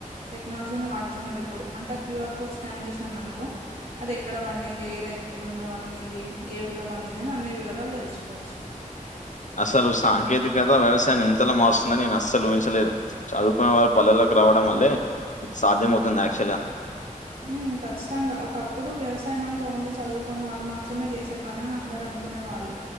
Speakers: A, on the right; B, on the left.
A: టెక్నాలజీని వాడుతున్నారు ఇప్పుడు అంటే క్యూఆర్ కోడ్ స్కాన్ జేశనం అనుకో అది ఎక్కడ పండింది ఏ రైతు పొలంలో పండింది ఏ ఊర్లో పండింది అని అన్ని వివరాలు తెలుసుకోవచ్చు.
B: అసలు సాంకేతికత వ్యవసాయాన్ని ఇంతలా మారుస్తుందని నేను అస్సలు ఊహించలేదు చదువుకున్న వారు పల్లెలో రావడం వల్లే సాధ్యం అవుతుంది యాక్చవల్ గా
A: హు ఖచ్చితంగా ఒకప్పుడు వ్యవసాయం అం ఓన్లీ చదువుకొని వాళ్ళు మాత్రమే చేసే పని అని అందరు అనుకునే వాళ్ళు